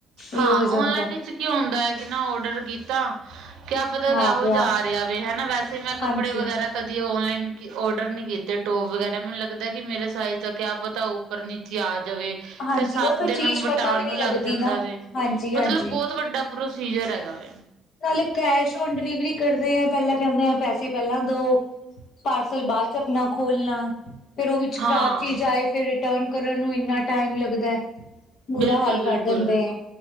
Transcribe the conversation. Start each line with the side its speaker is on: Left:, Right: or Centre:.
Left: ਇਹ
Right: ਹਾਂ
Left: ਹੋ ਜਾਂਦਾ
Right: ਓਨਲਾਈਨ ਚ ਕੀ ਹੌਦਾ ਐ ਕਿ ਨਾ ਔਡਰ ਕੀਤਾ ਕਿਆ ਪਤਾ ਕੈਹੋ
Left: ਆ ਗਿਆ
Right: ਜਾ ਆ ਰਿਹਾ ਵੇ ਹਨਾ ਵੈਸੇ ਮੈਂ ਕੱਪੜੇ
Left: ਹਾਂਜੀ
Right: ਵਗੈਰਾ ਕਦੀ ਔਨਲਾਈਨ ਕੀ ਔਡਰ ਨੀ ਕੀਤੇ ਟੋਪ ਵਗੈਰਾ ਮੈਨੂੰ ਲੱਗਦਾ ਕਿ ਮੇਰੇ ਸਾਈਜ਼ ਦਾ ਕਿਆ ਪਤਾਊ ਪ੍ਰਨੀਤੀ ਆ ਜਾਵੇ
Left: ਹਾਂਜੀ
Right: ਫੇ ਸੱਤ
Left: ਉਹ ਫਿਰ
Right: ਦਿਨ
Left: ਚੀਜ਼
Right: ਓਨੂੰ ਵਟਾਣ
Left: ਪਤਾ ਵੀ ਨਹੀਂ
Right: ਨੂੰ
Left: ਲੱਗਦੀ
Right: ਲੱਗ ਜਾਂਦਾ
Left: ਨਾ
Right: ਵੇ।
Left: ਹਾਂਜੀ ਹਾਂਜੀ
Right: ਮਤਲਬ ਬੋਤ ਵੱਡਾ ਪ੍ਰੋਸੀਜਰ ਹੈਗਾ ਵੇ।
Left: ਨਾਲੇ ਕੈਸ਼ ਓਨ ਡਿਲੀਵਰੀ ਕਰਦੇ ਆ ਪੈਲਾਂ ਕੈਂਦੇ ਆ ਪੈਸੇ ਪੈਲਾਂ ਦੋ ਪਾਰਸਲ ਬਾਅਚ ਆਪਨਾ ਖੋਲਨਾ ਫੇਰ ਓ ਵਿੱਚ
Right: ਹਾਂ
Left: ਖ਼ਰਾਬ ਚੀਜ਼ ਆਏ ਫੇ ਰਿਟਰਨ ਕਰਨ ਨੂੰ ਇੰਨਾ ਟਾਈਮ ਲੱਗਦਾ ਐ, ਬੁਰਾ
Right: ਬਿਲਕੁਲ
Left: ਹਾਲ
Right: ਬਿਲਕੁਲ
Left: ਕਰ ਦੇਂਦੇ ਆ।